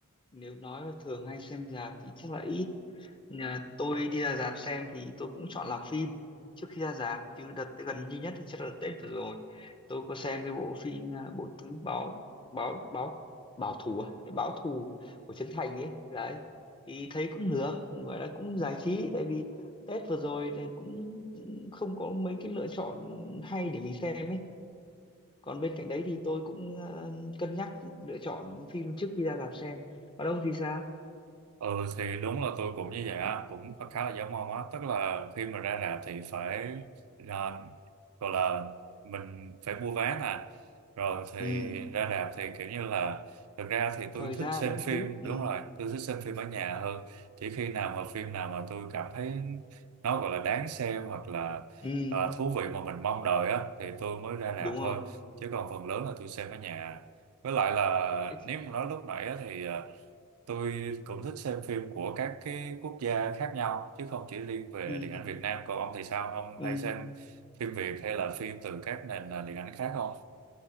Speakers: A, on the left; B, on the right.
A: nếu nói là thường hay xem rạp thì chắc là ít Nhà tôi đi ra rạp xem thì tôi cũng chọn là phim trước khi ra rạp chứ đợt gần duy nhất thì chắc là Tết vừa rồi tôi có xem cái bộ phim à, bộ tứ báo báo báo báo thù à Hay báo thù của Trấn Thành ấy đấy thì thấy cũng được gọi là cũng giải trí tại vì Tết vừa rồi thì cũng cũng không có mấy cái lựa chọn hay để mình xem ấy còn bên cạnh đấy thì tôi cũng ờ, cân nhắc lựa chọn phim trước khi ra rạp xem còn ông thì sao
B: Ừ thì đúng là tôi cũng như vậy á, cũng khá khá là giống ông á, tức là khi mà ra rạp thì phải à, gọi là mình phải mua vé nè, rồi thì
A: ừ
B: ra rạp thì kiểu như là thực ra thì tôi
A: thời gian
B: thích xem
A: các
B: phim,
A: thứ ừ
B: đúng rồi, tôi thích xem phim ở nhà hơn, chỉ khi nào mà phim nào mà tôi cảm thấy nó gọi là đáng xem hoặc là
A: ừ
B: à, thú vị mà mình mong đợi á thì tôi mới ra rạp
A: đúng
B: thôi,
A: rồi
B: chứ còn phần lớn là tôi xem ở nhà. Với lại là
A: Thế thì-
B: nếu mà nói lúc nãy á, thì à, Tôi cũng thích xem phim của các cái quốc gia khác nhau chứ không chỉ riêng về
A: ừ
B: điện ảnh Việt Nam. Còn ông thì sao? Ông
A: ừ
B: hay xem phim Việt hay là phim từ các nền à, điện ảnh khác không?